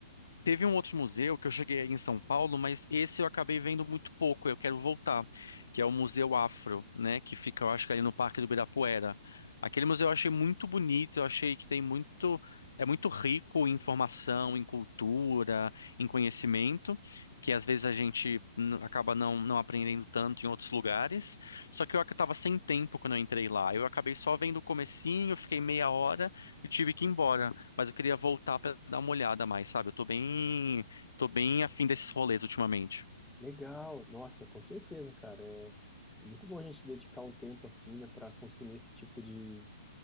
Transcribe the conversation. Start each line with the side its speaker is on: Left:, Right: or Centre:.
Left: Teve um outro museu que eu cheguei aí em São Paulo, mas esse eu acabei vendo muito pouco, eu quero voltar, que é o Museu Afro, né, que fica, eu acho que ali no Parque do Ibirapuera. Aquele museu eu achei muito bonito, eu achei que tem muito, é muito rico em informação, em cultura, em conhecimento, que às vezes a gente n- acaba não, não aprendendo tanto em outros lugares. Só que eu estava sem tempo quando eu entrei lá, eu acabei só vendo o comecinho, fiquei meia hora e tive que ir embora. Mas eu queria voltar pra dar uma olhada mais, sabe? Eu tô bem, tô bem afim desses rolês ultimamente.
Centre: Legal, nossa, com certeza, cara, é, é muito bom a gente dedicar um tempo, assim, né, para consumir esse tipo de,